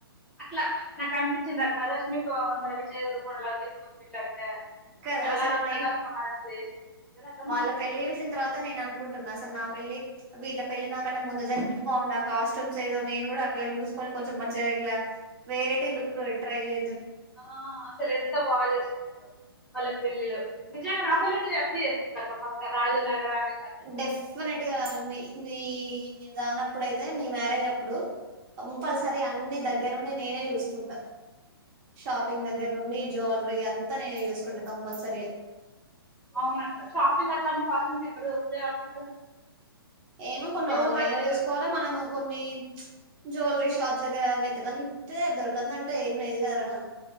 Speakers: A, in the centre; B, on the right (about 25°).
A: అట్లా నాకు అనిపించింది రష్మకమండన విజయ దేవర అలా చేసుకోని పెళ్ళి అంటే అసలు
B: కదా
A: ఇక్కడ
B: అసలు
A: కాదు అక్కడ
B: నేను
A: కాదు మహారాష్ట్ర కుదరదా
B: వాళ్ళ పెళ్లి చూసిన తర్వాత నేను అనుకుంటున్నా అసలు నా పెళ్ళి వీళ్ళ పెళ్ళినాకంటే ముందు జరిగిన బాగుండు కాస్ట్యూమ్స్ ఏదో నేను కూడా అట్లా చూసుకొని కొంచెం మంచిగా ఇట్లా వెరైటీ లుక్ ట్రై చే
A: ఆ అసలేంత బాగా చేసుకున్నారో వాళ్ళ పెళ్ళిళ్ళు నిజంగా నా పెళ్లింక అట్ చేసుకుంటక్క ఫస్ట్ రాజుల్లాగ రాణిల్లాగ
B: డెఫినెట్ గా నీ నీ దానప్పుడయితే నీ మ్యారేజప్పుడు కంపల్సరీ అన్ని దగ్ దగ్గరుండి నేనే చూసుకుంటా షాపింగ్ దగ్గర్ నుండి జ్యువెలరీ అంతా నేనే చూసుకుంటా కంపల్సరీగా
A: అవునక్క షాపింగ్ అట్లాంటి కాస్ట్యూమ్స్ ఎక్కడ దొరుకుతాయ్ అక్క అసలు
B: ఏమో కొన్ని
A: ఏ
B: ఆన్లైన్
A: ఊర్లో
B: లో
A: తిరగాలి
B: చూసుకోవాలే మనము కొన్ని. ప్చ్ జ్యువెలరీ షాప్స్ దగ్గర వెతకంతే దొరకందంటు ఏం లేదు గదారా.